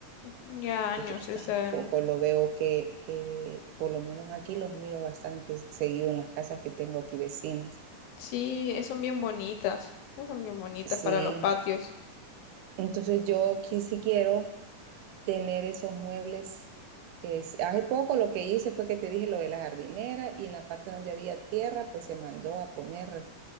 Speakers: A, on the left; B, on the right.
A: Ya
B: pues
A: años,
B: yo hasta
A: ya sabemos.
B: hace poco lo veo que, que por lo menos aquí los miro bastante seguido en las casas que tengo aquí vecinas.
A: Sí, eh, son bien bonitas. eh, Son bien bonitas
B: Sí,
A: para los patios.
B: entonces yo qui- sí quiero tener esos muebles. Es- hace poco lo que hice fue que te dije lo de la jardinera y en la parte donde había tierra, pues se mandó a poner